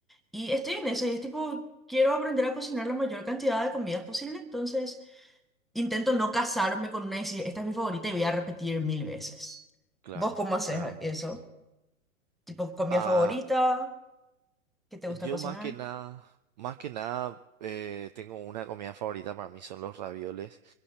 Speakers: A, in the centre; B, on the right.
A: y estoy en eso, y es tipo, quiero aprender a cocinar la mayor cantidad de comidas posible, entonces... Intento no casarme con una y decir, esta es mi favorita y voy a repetir mil veces.
B: Claro,
A: ¿Vos cómo haces
B: claro. claro.
A: eso? Tipo, comida
B: Ah,
A: favorita, ¿qué te gusta
B: yo
A: cocinar?
B: más que nada, más que nada eh, tengo una comida favorita para mí son los ravioles,